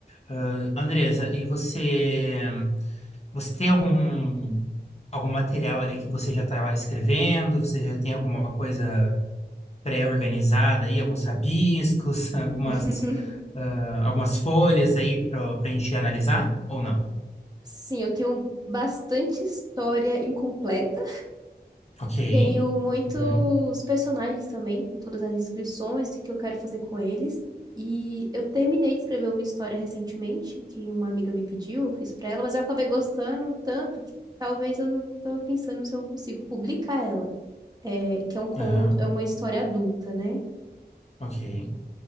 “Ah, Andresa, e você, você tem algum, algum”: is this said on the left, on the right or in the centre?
Left